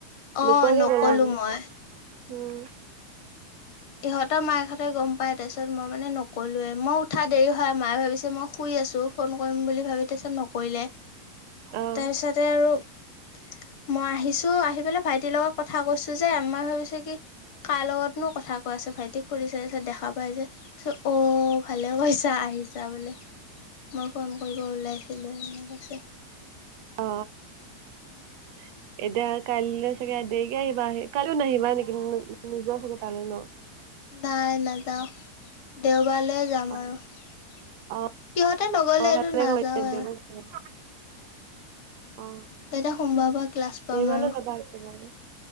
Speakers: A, on the left; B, on the right.
A: আহ,
B: নোকোৱাকে
A: নকলো
B: গ'লাগে
A: মই।
B: উম,
A: ইহঁতৰ মায়েহঁতে গম পাই তাৰ পিত মই মানে নকলোৱে। মই উঠা দেৰি হয়। মায়ে তাৰপিচত মই শুই আছো। ফোন কৰিম বুলি ভাবি, তাৰপিছত নকৰিলে।
B: অ'।
A: তাৰপিছতে আৰু। মই আহিছো। আহি পেলাই ভাইটিৰ লগত কথা কৈছো, যে আমাৰ ভাবিছে কি? কাৰ লগতনো কথা কোৱা আছে। ভাইটিক সুধিছে দেখা পাই যে অ। ভালে পইচা আহিছা বোলে। মই ফোন কৰিব ওলাইছিলোঁ, এনেকৈ কৈছে।
B: অ। হয়। এতিয়া কাইলৈ চাগে দেৰিকে আহিবা। আহ, কাইও নাহিবা নেকি? নোযোৱা চাগে তালৈ ন।
A: নাই নাযাওঁ, দেও কবালৈ যাম
B: অ
A: আৰু। সিহঁতে
B: অ
A: নগলে
B: অ
A: এইটো
B: ভালে
A: নাযাও।
B: কৰিছা দেওবাৰে যাবা। অ
A: তেতিয়া সোমবাৰৰ পৰা ক্লাছ পাম
B: দেওবাৰলৈ
A: আৰু।
B: যাবা একেবাৰে